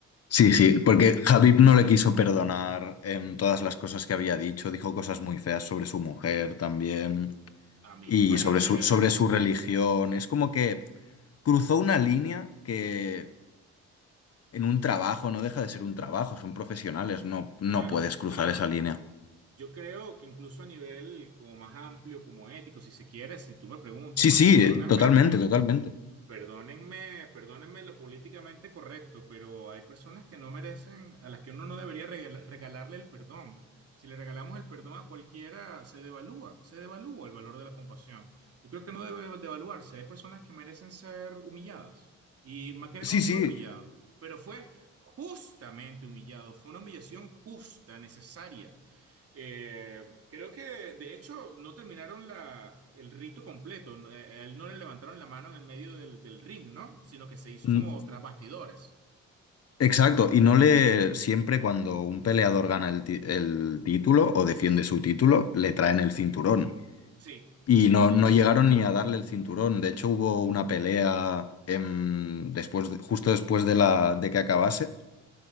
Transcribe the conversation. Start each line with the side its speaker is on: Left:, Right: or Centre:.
Left: sí, sí, porque Javib no le quiso perdonar en todas las cosas que había dicho, dijo cosas muy feas sobre su mujer también.
Right: A mí
Left: y
Right: me parece,
Left: sobre su, sobre su religión. Es como que cruzó una línea que en un trabajo no deja de ser un trabajo, son profesionales, no, no
Right: claro,
Left: puedes cruzar esa línea.
Right: yo creo que incluso a nivel como más amplio, como ético, si se quiere, si tú me preguntas,
Left: Sí,
Right: y
Left: sí,
Right: perdóname,
Left: totalmente, totalmente.
Right: Perdónenme, perdónenme lo políticamente correcto, pero hay personas que no merecen, a las que uno no debería regala- regalarle el perdón. Si le regalamos el perdón a cualquiera, se devalúa, se devalúa el valor de la compasión. Yo creo que no debe devaluarse. Hay personas que merecen ser humilladas. Y MacGregor
Left: Sí,
Right: fue
Left: sí,
Right: humillado, pero fue justamente humillado. Fue una humillación justa, necesaria. Eh, creo que, de hecho, no terminaron la, el rito completo. No, eh, A él no le levantaron la mano en el medio del, del ring, ¿no? Sino que se hizo
Left: mm,
Right: como tras bastidores.
Left: exacto. Y no le, siempre cuando un peleador gana el, ti- el título o defiende su título, le traen el cinturón.
Right: Sí,
Left: Y no,
Right: sí,
Left: no llegaron ni a darle el cinturón. De hecho, hubo una pelea em, después, de- justo después de la, de que acabase.